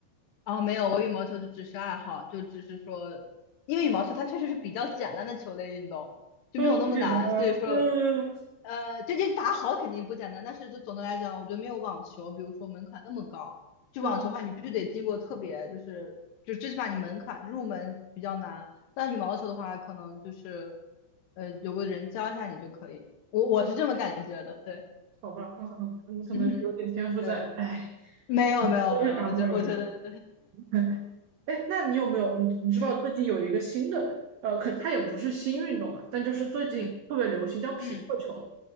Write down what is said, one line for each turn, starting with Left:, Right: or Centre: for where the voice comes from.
Left: 啊，没有，我羽毛球就只是爱好，就只是说，因为羽毛球它确实是比较简单的球类运动，
Right: <laughs>
Left: 就没有那么难，
Right: 嗯，不简单啊，
Left: 所以说，
Right: 嗯
Left: 呃，这这打好肯定不简单，但是就总的来讲，我觉得没有网球，比如说门槛那么高。就网球的话，
Right: 嗯，
Left: 你必须得经过特别，就是就最起码你门槛入门比较难。但羽毛球的话，可能就是呃有个人教一下你就可以。我我是这么感觉的，对，
Right: 好吧，嗯嗯，
Left: <laughs>
Right: 你可能是有点天赋在，
Left: 嗯，对，
Right: 哎，
Left: 没有没有没有，
Right: 我也打不好哟。
Left: 我觉我觉得，
Right: <laughs> 毛哎，那你有没有你你知不知道最近有一个新的呃，
Left: 嗯
Right: 可它也不是新运动嘛，但就是最近特别流行叫匹克球，
Left: 嗯嗯，